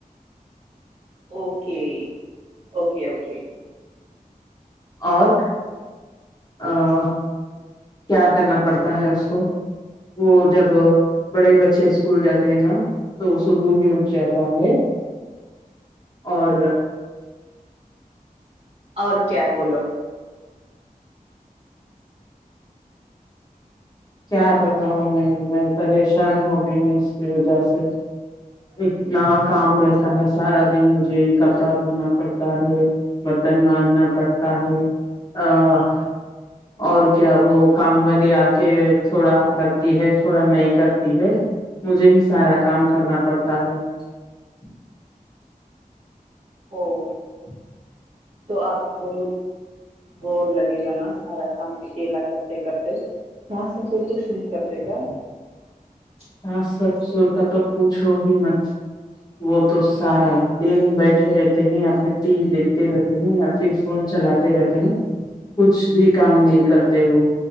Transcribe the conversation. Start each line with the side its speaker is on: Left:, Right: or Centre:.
Right: اوکے اوکے اوکے
Left: اور ا کیا کرنا پڑتا ہے اس کو وہ جب بڑے بچے اسکول جاتے ہیں نا تو صبح ہی اٹھ جاتا ہے اور
Right: اور کیا بولو
Left: کیا بتاؤ میں میں پریشان ہو گئی ہوں اس کی وجہ سے <unintelligible> ایکنا <inaudible> کام رہتا ہے سارا دن مجھے کپڑا دھونا پڑتا ہے برتن ماندھنا پڑتا ہے ا اور کیا وہ کام والی آ کے <unintelligible> تھوڑا کرتی ہے تھوڑا نہیں کرتی ہے مجھے ہی سارا کام کرنا پڑتا ہے <unintelligible>
Right: او <inaudible> تو آپ بہت بور لگے گا نا سارا کام <unintelligible> لا کرتے کرتے سس نہ سر کوش نہیں کرتے کا <unintelligible>
Left: ساس سسر کا تو پوچھو ہی مت وہ تو سارا دن بیٹھے رہتے ہیں یا پھر ٹی وی دیکھتے رہتے ہیں یا پھر فون چلاتے رہتے ہیں کچھ بھی کام نہیں کرتے وہ